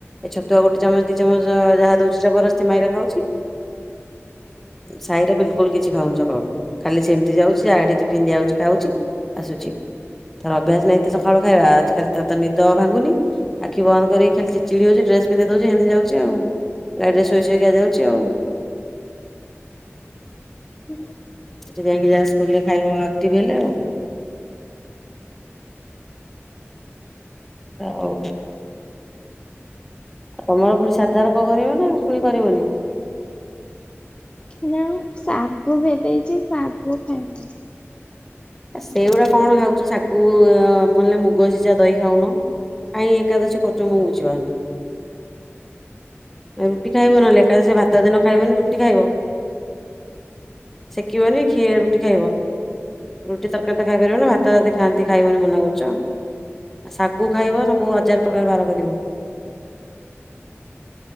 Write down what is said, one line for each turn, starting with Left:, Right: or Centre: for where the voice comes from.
Centre: ଏ ଛତୁଆ ଗୋଟେ ଚାମଚ ଦି ଚାମଚ ଯାହା ଦଉଛି ଜବରଦସ୍ତି ମାଇରା ଖାଉଛି। ସାଇରା ବିଲକୁଲ କିଛି ଖାଉନି ସକାଳୁ। ଖାଲି ସେମିତି ଯାଉଛି ଯାହାଠି ଟିଫିନ ଦିଆଯାଉଛି ଖାଉଛି ଆସୁଛି। ତାର ଅଭ୍ୟାସ ନାହିଁ ଏତେ ସକାଳୁ ଖାଇବା। ଆଜିକାଲି ତା ତ ନିଦ ଭାଙ୍ଗୁନି। ଆଖି ବନ୍ଦ କରିକି ଖାଲି ଚିଡ୍ ଚିଡି ହଉଛି। ଡ୍ରେସ୍ ପିନ୍ଧେଇଦଉଛିି ହେନ୍ତି ଯାଉଛି ଆଉ। ଗାଡି ରେ ଶୋଇ ଶୋଇକି ଯାଉଛି ଆଉ।
Left: ହୁଁ
Centre: ସେଠି ଯାଇକି ଯାହା ସ୍କୁଲରେ ଖାଇବ ଆକ୍ଟିଭ୍ ହେଲେ ଆଉ। ହଉ ଆଉ ତମର ପୁଣି ସାଧାର କ କରିବ ନା ପୁଣି କରିବନି?
Left: ହେ ଯା ମ ଶାଗୁ ଭେଦେଇଛି ଶାଗୁ ଖାଇମି।
Centre: ଆ ସେଇଗୁଡା କଣ ଖାଉଛ ଶା ଗୁ ନହେଲେ ମୁଗ ସିଜା ଦହି ଖାଉନ, କାଇଁ ଏକାଦଶୀ କରୁଛ ମୁଁ ବୁଝି ପାରୁନି। ରୁଟି ଖାଇବ ନହେଲେ ଏକାଦଶୀରେ ଭାତ ଯଦି ନ ଖାଇବନି ରୁଟି ଖାଇବ। ଶେକିବନି ଖି ରୁଟି ଖାଇବ। ରୁଟି ତରକାରୀ ତ ଖାଇପାରିବ ନା ଭାତ ଯଦି ଖାଆନ୍ତି ଖାଇବନି ମନା କରୁଛ। ଆ ଶାଗୁ ଖାଇବ ସବୁ ହଜାର ପ୍ରକାର ବାର କରିବ।